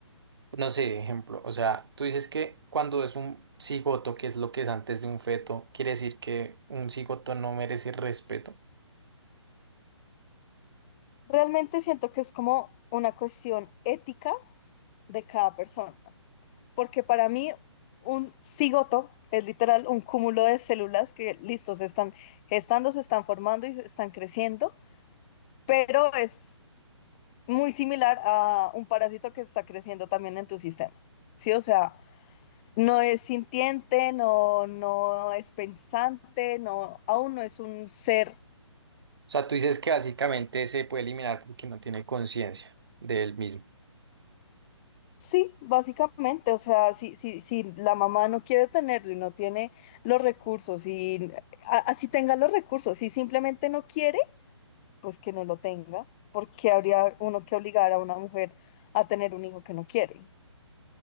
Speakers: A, on the right; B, on the left.
A: no sé, ejemplo, o sea, tú dices que cuando es un cigoto, que es lo que es antes de un feto, quiere decir que un cigoto no merece respeto.
B: Realmente siento que es como una cuestión ética de cada persona, porque para mí un cigoto es literal un cúmulo de células que, listo, se están gestando, se están formando y se están creciendo, pero es muy similar a un parásito que está creciendo también en tu sistema. Sí, o sea, no es sintiente, no, no es pensante, no, aún no es un ser
A: O sea, tú dices que básicamente se puede eliminar porque no tiene conciencia de él mismo.
B: Sí, básicamente, o sea, si, si, si la mamá no quiere tenerlo y no tiene los recursos, y a- así tenga los recursos, si simplemente no quiere, pues que no lo tenga, porque habría uno que obligar a una mujer a tener un hijo que no quiere.